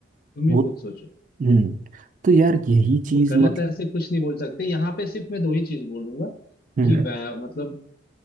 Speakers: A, on the left; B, on the right.
A: तुम ही
B: वो
A: खुद सोचो
B: हम्म तो यार यही चीज़
A: तो गलत
B: मतलब
A: ऐसे कुछ नहीं बोल सकते यहाँ पे सिर्फ मैं दो ही चीज बोलूंगा
B: हम्म
A: कि वै- मतलब